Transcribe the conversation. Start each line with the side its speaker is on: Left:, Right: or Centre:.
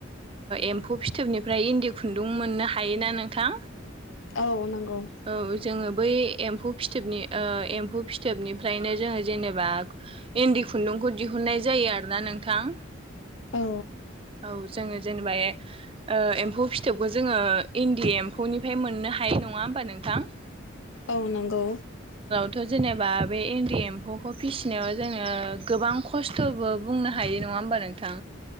Right: एम्फौ फिथोबनिफ्राय इन्दि खुन्दुं मोननो हायोना नोंथां?
Left: औ नंगौ
Right: औ जोङो बै एम्फौ फिथोबनि एम्फौ फिथोबनिफ्रायनो जोङो जेनेबा इन्दि खुन्दुंखौ दिहुननाय जायो आरो ना नोंथां
Left: औ
Right: औ जोङो जेनेबा ओ एम्फौ फिथोबखौ जोङो इन्दि एम्फौनिफ्राय मोननो हायो नङा होमबा नोंथां
Left: औ नंगौ
Right: थ' जेनेबा बे इन्दि एम्फौ खौ फिसिनायाव जोङो गोबां खस्थ'बो बुंनो हायो नङा होमबा नोंथां